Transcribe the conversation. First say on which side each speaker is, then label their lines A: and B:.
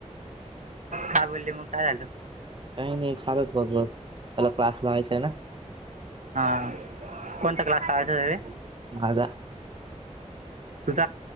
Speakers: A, on the right; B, on the right.
A: काय बोलली मग. <inaudible> काय झालं.
B: काही नाही चालूत बघ बघ त्याला क्लास लावायचा आहे ना
A: हा कोणता क्लास लावायचा रे?
B: माझा
A: तुझ